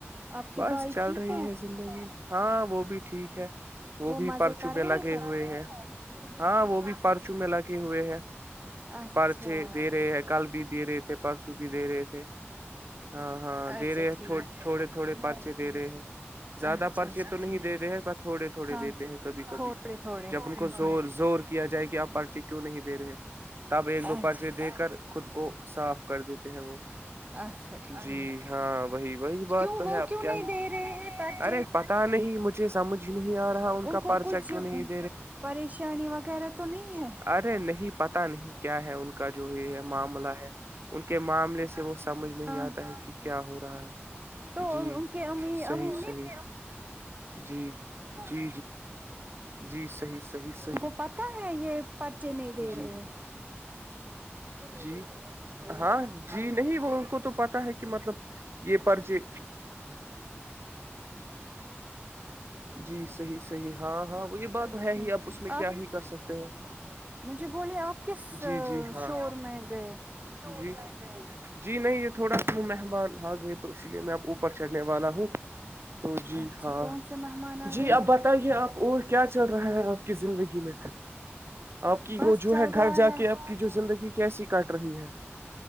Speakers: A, on the right; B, on the right.
A: آپ کے
B: بس
A: بھائی
B: چل
A: ٹھیک
B: رہی ہے زندگی ہاں وہ بھی ٹھیک ہے وہ بھی
A: مزے
B: پرچوں
A: کر
B: میں
A: رہے
B: لگے ہوئے ہیں ہاں وہ بھی پرچو میں لگا کے ہوئے ہیں
A: اچھا
B: پرچے دے رہے ہیں کل بھی دے رہے تھے پرس بھی دے رہے تھے ہاں ہاں
A: اچھا
B: دے رہے ہیں
A: ٹھیک
B: تھوڑے تھوڑے پرچے دے رہے ہیں زیادہ
A: اچھا
B: پرچے
A: اچھا
B: تو نہیں
A: ٹھیک
B: دیتے ہیں پر تھوڑے تھوڑے
A: ہاں
B: دیتے ہیں کبھی کبھی
A: تھوڑے تھوڑے
B: جب ان کو
A: ہ
B: زور
A: ہ
B: زور کیا جائے گ آپ پرچے کیوں نہیں دے رہے تب ایک دو
A: اچھا
B: پرچے دے کر خود کو صاف کر دیتے ہیں وہ
A: اچھا ٹھیک
B: جی ہاں وہی وہی بات
A: کیوں
B: تو ہے
A: وہ
B: اب
A: کیوں
B: کیا
A: نہیں
B: ہی
A: دے رہے ہیں پرچے
B: ارے پتا نہیں مجھے سمجھ نہیں آ رہا ان کا
A: کو
B: پرچا
A: کچھ
B: کیوں نہیں تھا
A: پریشانی وغیرہ تو نہیں ہے
B: ارے نہیں پتا نہیں کیا ہے ان کا جو یہ معاملہ ہے ان کے معاملے سے وہ سمجھ نہیں
A: ہاں
B: آتا ہے کہ کیا ہو رہا ہے
A: تو
B: جی
A: ان کے امی
B: صحیح
A: امی نے
B: صیح جی جی جی جی صحیح صحیح صیح
A: ان کو پتا ہے یہ پرچے نہیں دے
B: جی
A: رہے ہیں
B: جی ہاں جی نہیں وہ ان کو تو پتا ہے کہ مطلب یہ پرچے جی صحیح صحیح ہاں ہاں وہی بات تو
A: اچھا
B: ہے ہی اب اس میں کیا
A: آپ
B: ہی کر سکتے <unintelligible>
A: مجھے بولیے آپ کس
B: جی جی ہاں
A: شور میں گئے
B: جی جی نہیں یہ تھوڑا مہمان آ گئے تو اس لیے میں اب اوپر چڑھنے والا ہوں تو جی
A: اچھا
B: ہاں
A: کون سے مہمان آ
B: جی
A: گئے
B: اب بتائیے آپ اور کیا چل رہا ہےا زندگی میں آپ کی
A: بس
B: وہ جو
A: چل
B: ہے گھر
A: رہا
B: جا
A: ہے
B: کے آپ کی جو زندگی کیسی کٹ رہی ہے